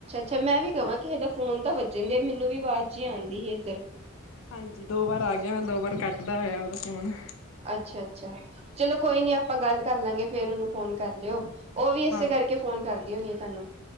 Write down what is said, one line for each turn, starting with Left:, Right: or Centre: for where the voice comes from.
Right: ਅੱਛਾ ਮੈਂ ਵੀ ਕਹਾਂ ਕਿਸੇ ਦਾ ਫੋਨ ਤਾਂ ਵੱਜਣ ਦੇ ਆ ਮੈਨੂੰ ਵੀ ਬਾਅਦ ਚ ਹੀ ਆਉਂਦੀ ਸੀ ਇੱਧਰ
Left: ਹਾਂਜੀ ਦੋ ਵਾਰ ਆ ਗਿਆ ਮੈਂ ਦੋ ਵਾਰ ਕੱਟਦਾ ਹੋਇਆ ਉਹਦਾ ਫੋਨ
Right: ਅੱਛਾ ਅੱਛਾ ਚਲੋ ਕੋਈ ਨੀ ਆਪਾਂ ਗੱਲ ਕਰ ਲਾਂਗੇ ਫੇਰ ਉਹਨੂੰ ਫੋਨ ਕਰ ਲਿਓ ਉਹ ਵੀ ਇਸੇ
Left: ਹਾਂ
Right: ਕਰਕੇ ਫੋਨ ਕਰਦੀ ਹੋੁੰਦੀ ਤੁਹਾਨੂੰ